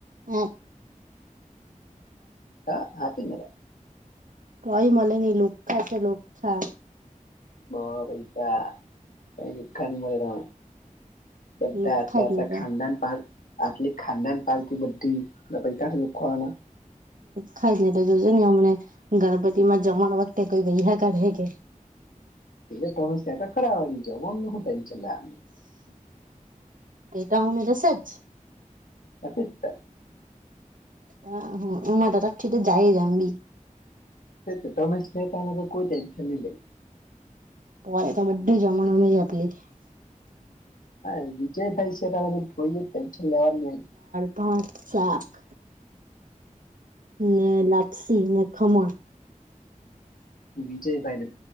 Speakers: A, on the right; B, on the left.
A: હ
B: હ હ હાચી મેરા
A: કઈ મળે નઈ લોખા છે લોખા
B: બ પૈસા કઈ દુખાન મળેય બધા
A: લુખ્ખા
B: આલા
A: જ ની
B: આ
A: તો
B: ખાનદાન પાલ આલી ખાનદાન પાલખ બધી ત પી કઠઢલું ખવાના
A: ખાઈ ને તો જોજો ને હમને ગણપતિ માં જમણ વખતે કઈ ભૈયા કરઢે કે
B: એલે તમે શ ખરા હો જમન નહુંટેમ ચલા
A: તે તા મે દસેજ
B: પચ છે
A: હ હ મામાં દાતક ઠ તો જાય જામ બ
B: તો તમે છે ત કોઈ ટેન્શન નહી લઈ
A: પોરે તો બધું જમણ ન જ આપલી
B: હા વિજય ભાઈ છે પોય ટટેનશન લેવાની
A: પાંચ સાાખ ને લપસી ને ખમણ
B: એમ વિજયભાઈને